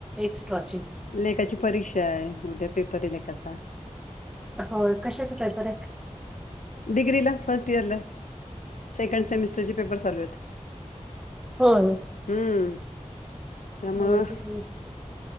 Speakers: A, in the centre; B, on the left.
A: एक्स्ट्राची.
B: लेकाची परीक्षाय. उद्या पेपरय लेकाचा.
A: हो कशाच पेपरय?
B: डीग्रिला, फर्स्ट इयरला. सेकंड सेमिस्टरचे पेपर चालूयेत.
A: होय.
B: हम्म. त्यामुळं
A: <unintelligible>